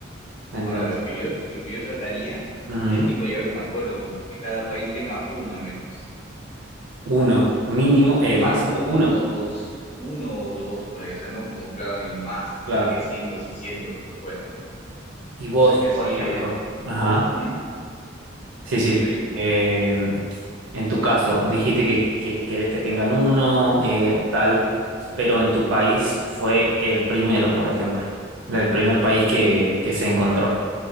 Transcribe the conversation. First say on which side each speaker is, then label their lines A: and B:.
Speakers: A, on the right; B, on the left.
A: Entonces,
B: Ahora, lo que yo, lo que yo trataría
A: ujú,
B: es tipo llegar a un acuerdo, como que cada país tenga uno al menos.
A: uno, mínimo, eh,
B: Ajá,
A: máximo
B: o
A: uno,
B: uno o dos, uno o dos por ahí, o sea, no como que lo hagan en más, así
A: claro.
B: que cientos y cientos lo puedan, ¿no?
A: Y vos,
B: Cosa que así,
A: por ejemplo,
B: eh,
A: ajá,
B: ¿hmm?
A: Sí, sí.
B: Dime, dime.
A: Eh, en tu caso, dijiste que, que quieres que tengan uno, eh, tal, pero en tu país fue el primero, por ejemplo, el primer país que, que se encontró.